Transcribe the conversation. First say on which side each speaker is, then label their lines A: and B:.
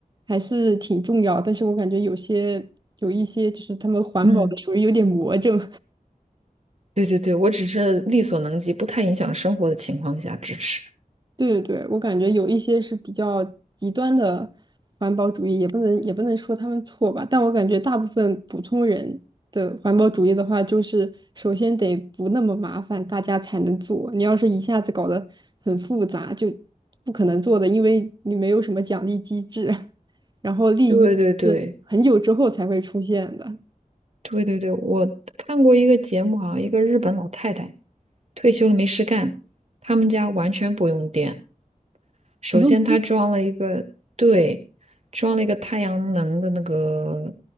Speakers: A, on the right; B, on the right.
A: 还是挺重要，但是我感觉有些有一些就是他们环保的属于有点魔怔。
B: 嗯，对对对，我只是力所能及，不太影响生活的情况下支持。
A: 对对对，我感觉有一些是比较极端的环保主义，也不能也不能说他们错吧，但我感觉大部分普通人的环保主义的话，就是首先得不那么麻烦，大家才能做。你要是一下子搞得很复杂，就不可能做的，因为你没有什么奖励机制，<laughs> 然后利益是很久之后才会出现的。
B: 对对对对对对，我看过一个节目，好像一个日本老太太退休了没事干，他们家完全不用电。首先，
A: 不用
B: 她装了一个，对，装了一个太阳能的那个